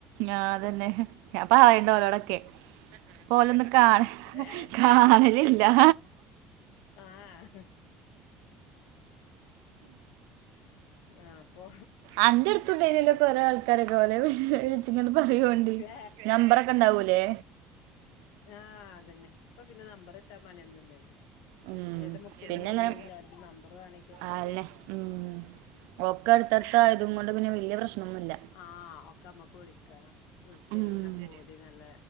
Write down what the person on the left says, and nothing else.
ഏ
ആഹ് ആഹ് അപ്പൊ
ഏ
ആഹ് അതെന്നെ ഇപ്പൊ പിന്നെ നമ്പറ്ട്ടാ പണി ഒന്നൂല്ലല്ലേ
ഏത് മുക്കിലും
മൂലേല് ഇല്ലോര്തും നമ്പറ് വേണെങ്കി കിട്ടോലോ
ആഹ് ഒക്കെ ഞമ്മക്ക് വിളിക്കണം വിൾച്ച്
ഒരീസം കൂടി നല്ല